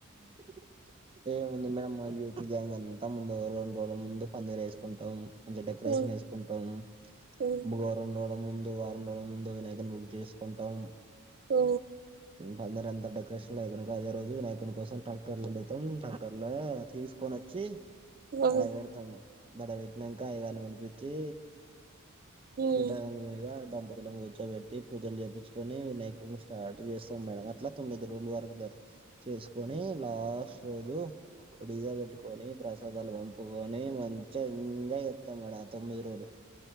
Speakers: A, on the right (about 25°); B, on the right (about 45°).
A: <unintelligible> ఏముంది మేడం మా యూత్ గ్యాంగ్ అంతా ముందు రెండు రోజుల ముందు పందిలు వేసుకుంటాం, మంచి డెకరేషన్
B: ఉ
A: వేసుకుంటాము
B: ఉ
A: బుగరెండు రోజుల ముందు వారం రోజుల ముందు వినాయకని బుక్ చేసుకుంటాం,
B: ఓ
A: పందిరి అంత డెకరేషన్ లో అయిపోన అదే రోజు వినాయకుని కోసం ట్రాక్టర్లు పోతాం ట్రాక్టర్ లా తీసుకొనోచ్చి
B: ఉ
A: ఆడ పెడతాం ఆడ పెట్టినాక అయ్యగారిని పిలిపించి, పీఠాలమీద
B: ఉ
A: దంపతులను కూర్చోబెట్టి పూజలు చేపించుకొని వినాయకుని స్టార్ట్ చేస్తాం మేడం అట్లా తొమ్మిది రోజుల వరకు జర చేసుకొని లాస్ట్ రోజు ఒ డిజే పెట్టుకొని ప్ర సోదలు పంపుకొని మంచిగా ఎంజాయ్ చేస్తాం మేడం ఆ తొమ్మిది రోజులు,